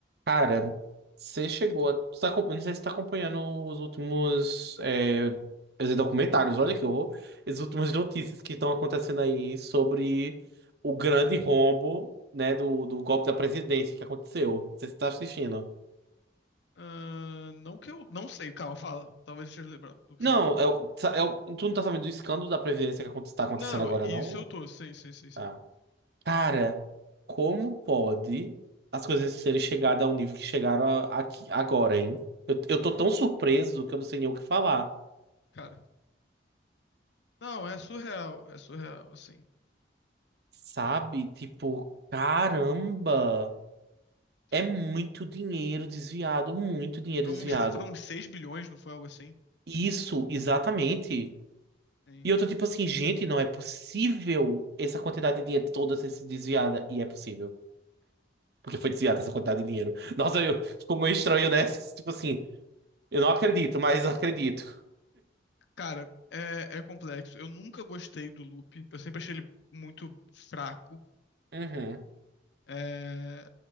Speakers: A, on the right; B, on the left.
A: Cara, você chegou a. você tá acom- eu não sei se você tá acompanhando os últimos é, os documentários, olha que horror. As últimas notícias que estão acontecendo aí sobre o grande rombo, né, do, do golpe da presidência que aconteceu. Não sei se você tá assistindo.
B: Ah, não que eu. Não sei, calma, fala. Talvez eu esteja lembrando do que
A: Não,
B: você vai falar.
A: é o- sa- é o- tu não tá sabendo do escândalo da presidência que está acontecendo
B: Não,
A: agora,
B: isso
A: não?
B: eu tô, sim, sim, sim, sim.
A: Ah. Cara, como pode as coisas terem chegado ao nível que chegaram a- aqui agora, hein? Eu, eu tô tão surpreso que eu não sei nem o que falar.
B: Cara. Não, é surreal, é surreal, assim.
A: Sabe? Tipo, caramba! É
B: Sim.
A: muito dinheiro desviado, muito dinheiro
B: Foram
A: desviado.
B: uns, foram uns 6 bilhões, não foi algo assim?
A: Isso, exatamente.
B: Sim.
A: E eu tô tipo assim, gente, não é possível essa quantidade de dinheiro toda ter sido desviada. E é possível, porque foi desviada essa quantidade de dinheiro. <laughs> Nossa, eu ficou meio estranho, né? <laughs> Tipo assim, eu não acredito, mas eu acredito.
B: Cara, é, é complexo. Eu nunca gostei do loop. Eu sempre achei ele muito fraco.
A: Uhum.
B: É,